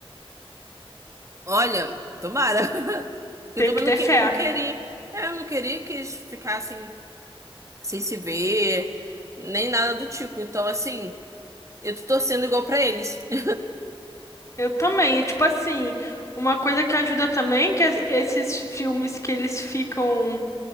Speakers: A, on the right; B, on the left.
A: Olha, tomara. <laughs> Porque
B: Tenho
A: eu também
B: que ter
A: não, que,
B: fé.
A: eu não queria. é, Eu não queria que eles ficassem sem se ver, nem nada do tipo. Então, assim. Eu tô torcendo igual pra eles. <laughs>
B: Eu também, e, tipo assim, uma coisa que ajuda também é que es- esses filmes que eles ficam,